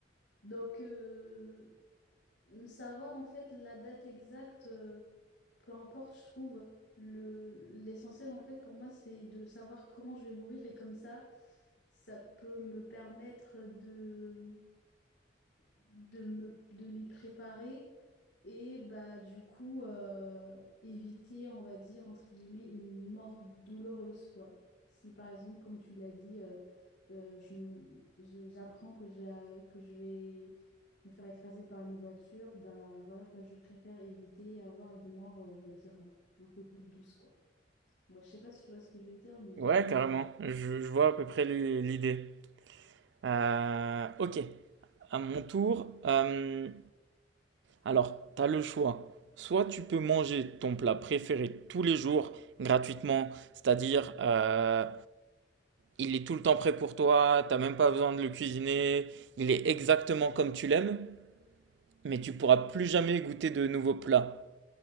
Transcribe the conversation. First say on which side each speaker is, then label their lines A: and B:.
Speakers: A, on the left; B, on the right.
A: donc, euh, savoir, en fait, la date exacte. euh, peu importe, je trouve le l'essentiel en fait pour moi c'est de savoir comment je vais mourir et comme ça ça peut me permettre de de me de m'y préparer et bah du coup euh, éviter, on va dire, entre guillemets, une mort douloureuse, quoi. Si par exemple, comme tu l'as dit, euh, euh, je, m- je- j'apprends que, j'a- que je vais me faire écraser par une voiture, bah voilà quoi, je préfère éviter et avoir une mort, euh, on va dire, euh, un peu plus douce, quoi. Ouais, je sais pas si tu vois ce que je veux dire, mais
B: Ouais,
A: euh,
B: carrément. Je, je vois à peu près l'i- l'idée. Euh, ok. À mon tour, euh, Alors, tu as le choix. Soit tu peux manger ton plat préféré tous les jours gratuitement, c'est-à-dire euh, il est tout le temps prêt pour toi, t'as même pas besoin de le cuisiner, il est exactement comme tu l'aimes, mais tu pourras plus jamais goûter de nouveaux plats.